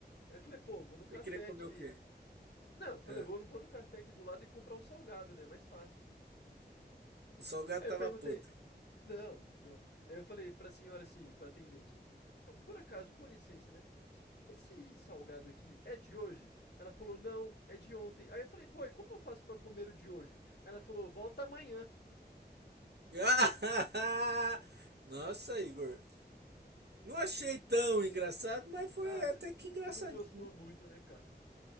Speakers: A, on the left (about 70°); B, on the right (about 70°).
A: Aí eu falei, pô, vou no café
B: Você queria comer
A: aqui.
B: o quê?
A: Não, eu falei,
B: É.
A: vou, vou no café aqui do lado e comprar um salgado, né? é Mais fácil.
B: O salgado
A: Aí eu
B: tava
A: perguntei,
B: podre.
A: não, não. Aí eu falei pra senhora assim, pra atendente, "Ah, por acaso, com licença, né? Esse salgado aqui é de hoje? Ela falou, não, é de ontem. Aí eu falei, pô, e como eu faço pra comer o de hoje? Ela falou, volta amanhã.
B: <laughs> Nossa, Igor. Não achei tão engraçado, mas foi
A: Ah,
B: até
A: você
B: que engraçadinho.
A: não gostou muito, né, cara?